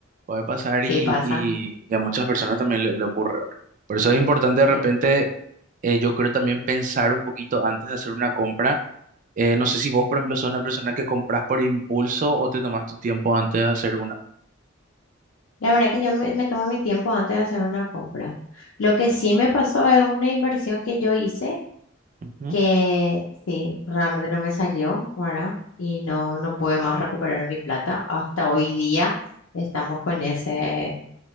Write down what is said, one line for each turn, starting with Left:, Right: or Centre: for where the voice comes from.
Right: Puede pasar
Left: sí
Right: y,
Left: pasa,
Right: y, y a muchas personas también le, le ocurre, ¿verdad? Por eso es importante de repente,
Left: sí.
Right: eh, yo creo también pensar un poquito antes de hacer una compra. Eh, no sé si vos, por ejemplo, sos una persona que compras por impulso o te tomas tu tiempo antes de hacer una.
Left: La verdad que yo me, me tomo mi tiempo antes de hacer una compra. Lo que sí me pasó es una inversión que yo hice
Right: Ujú.
Left: que sí, realmente no me salió, ¿verdad? Y no, no pude más recuperar mi plata. Hasta hoy día estamos con ese